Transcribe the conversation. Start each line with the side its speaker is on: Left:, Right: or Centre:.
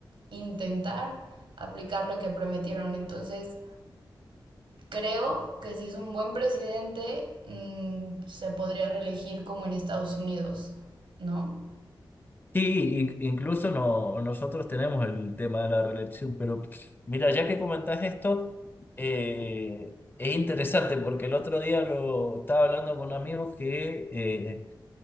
Right: intentar aplicar lo que prometieron. Entonces, creo que si es un buen presidente, mm, se podría reelegir como en Estados Unidos, ¿no?
Left: Sí, in- incluso no, nosotros tenemos el tema de la reelección, pero mira, ya que comentás esto, eh, es interesante porque el otro día lo estaba hablando con un amigo que eh,